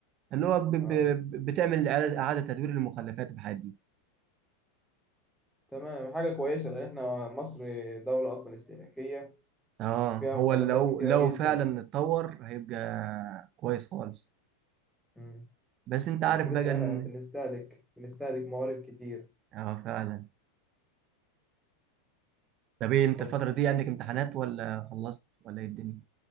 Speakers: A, on the right; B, in the centre.
A: اللي هو ب- ب-
B: اه
A: بتعمل اعاده إعادة تدوير للمخلفات والحاجات دي
B: تمام حاجة كويسة لأن احنا مصر دولة أصلا استهلاكية
A: اه
B: فيها
A: هو
B: مخلفات
A: لو
B: كتيرة
A: لو
B: جدا
A: فعلا اتطور هيبقى كويس خالص
B: مم.
A: بس انت
B: مشكلتنا
A: عارف بقى
B: إن
A: ان
B: احنا بنستهلك بنستهلك موارد كتير
A: اه فعلا طب ايه
B: اتفضل
A: انت الفتره
B: كنت
A: دي
B: قلت
A: عندك
B: إيه؟
A: امتحانات ولا خلصت ولا ايه الدنيا